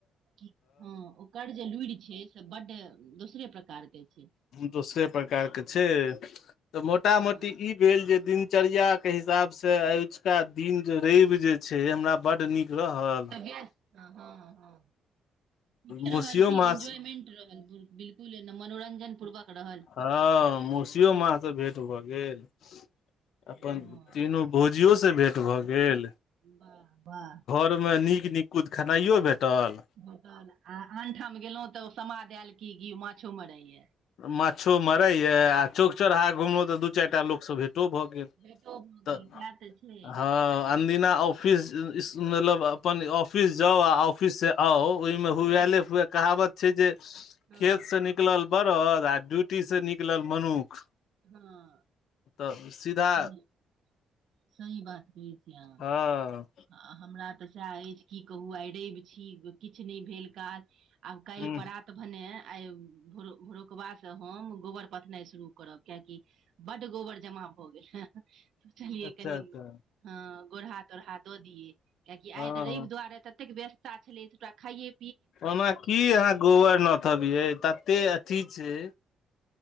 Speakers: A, on the right; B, on the left.
A: की, हँ ओकर जे लुड़ि छै से, बड्ड दोसरे प्रकारके छै
B: दोसरे प्रकार के छै तऽ मोटा
A: हँ
B: मोटी ई भेल जे दिन दिनचर्या के हिसाब से आजुका दिन जे रवि जे छै हमरा बड नीक रहल
A: त हँ हँ <unintelligible> ठीके
B: मौसियो
A: रहल कि
B: मास
A: एन्जॉयमेंट रहल बिल्कुल मनोरंजन पूर्वक रहल।
B: हँ मौसीयो मांसे भेट भऽ गेल। अपन
A: हँ
B: तीनू भौजियोसँ भेँट भऽ गेल
A: वाह वाह
B: <unintelligible> नीक नीकुत खेनाइयो भेटल।
A: <unintelligible> आ आनठाम गेलहुँ तऽ ओ समाद आयल की कि माछो मराइयए
B: माछो मरै यै आ चौक चौराहा
A: हँ
B: घुमलहु तऽ दू चारि टा लोकसभ से भेटो भऽ गेल
A: भेटो भऽ
B: तऽ
A: गेल सएह तऽ छै
B: ह अनदिना ऑफिस मल अब अपन ऑफिस जाउ आ ऑफिस से आउ ओहिमे हुएले
A: हँ
B: हुए कहावत छै जे
A: हँ
B: खेतसँ निकलल बरद आ ड्यूटीसँ निकलल मनुख
A: हँ
B: तऽ सीधा
A: सही <unintelligible> सही बात कही छी अहाँ
B: हँ
A: आ हमरा तऽ सेहै अछि की कहू आइ रवि छी किछु नहि भेल काज आब काल्हि
B: ह
A: प्रात भेने आइ भोर भोरुकबासँ हम गोबर पथनाई शुरू करब कियैकी बड्ड गोबर जमा भऽ गेल ह सोचलियै
B: अच्छा
A: कनि
B: अच्छा
A: हँ गोढ़हा तोढ़हा दऽ दिये कियैकि
B: हँ
A: आई रवि
B: हँ
A: दुआरे ततेक व्यस्त त छलै दू टा खाए
B: ओना की अहाँ गोबर नोथबयै तते ठीक छै